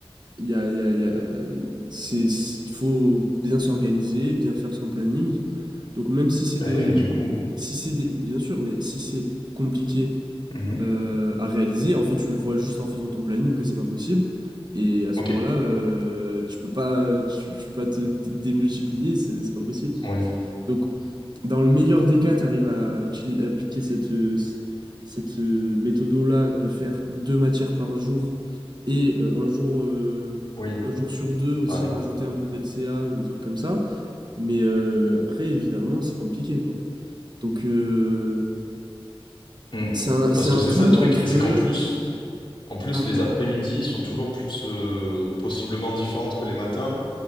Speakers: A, on the right; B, on the left.
A: il y a, il y a- il y a- c'est, c'est- il faut bien s'organiser, bien faire son planning. Donc, même si c'est
B: Bah
A: des,
B: oui, mais du coup.
A: si c'est des, bien sûr, mais si c'est compliqué
B: mhm.
A: euh, à réaliser, en fait, tu le vois juste en faisant ton planning que c'est pas possible. Et à ce
B: Ok,
A: moment-là, euh, tu peux pas, tu, tu peux pas te dé- démultiplier, c'est c'est pas possible.
B: oui,
A: Donc, dans le meilleur des cas, tu arrives à, utili- à appliquer cette, euh, c- cette euh, méthode-là de faire deux matières par jour et euh, un jour, euh,
B: oui,
A: un jour sur deux aussi
B: ouais.
A: rajouter un peu d'LCA ou des trucs comme ça. Mais euh, après, évidemment, c'est compliqué, quoi. Donc, euh,
B: Mm.
A: c'est un, c'est
B: Parce
A: un
B: que c'est
A: tout
B: ça le truc,
A: entre...
B: c'est qu'en plus, en plus,
A: un-
B: les après-midi sont toujours plus euh, possiblement différentes que les matins.